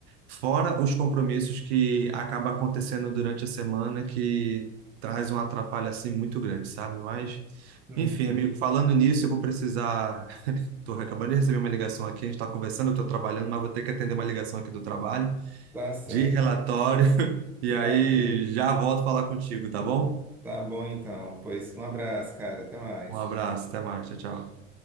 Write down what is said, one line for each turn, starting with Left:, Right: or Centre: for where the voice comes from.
Right: Fora os compromissos que acaba acontecendo durante a semana, que traz um atrapalho assim muito grande, sabe? Mas,
Centre: Uhum.
Right: enfim, amigo, falando nisso, eu vou precisar. <laughs> Estou acabando de receber uma ligação aqui, a gente está conversando, eu estou trabalhando, mas vou ter que atender uma ligação aqui do trabalho
Centre: Tá certo.
Right: de relatório. <laughs> E aí
Centre: Ok.
Right: já volto falar contigo, tá bom?
Centre: Tá bom então. Pois um abraço, cara. Até mais.
Right: Um abraço, até mais, tchau, tchau.